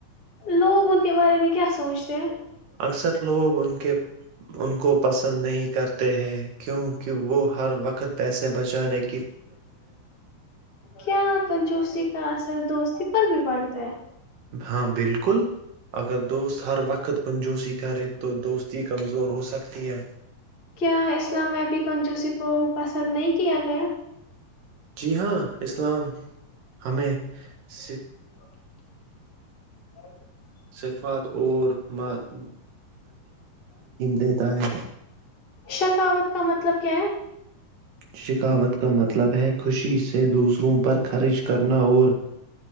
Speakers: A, on the left (about 20°); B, on the right (about 70°).
A: لوگوں کے بارے میں کیا سوچتے ہیں
B: اکثر لوگ ان کے ان کو پسند نہیں کرتے ہی کیونکہ وہ ہر وقت پیسے بچانے کے
A: کیا کنجوسی کا اثر دوستی پر بھی پڑتا ت
B: ہاں بالکل اگر دوست ہر وقت کنجوسی کرے تو دوستی کمزور ہو سکتی ہے
A: کیا اسلام میں بھی کنجوسی کو پسند نہیں کیا گیا
B: جی ہاں اسلام ہمیں س
A: <inaudible>
B: سکھفات اور م <unintelligible> دیتا ہے
A: شکاوت کا مطلب کیا ہے
B: شکاوت کا مطلب ہے کہ کہ خوشی سے دوسروں پر خرچ کرنا اور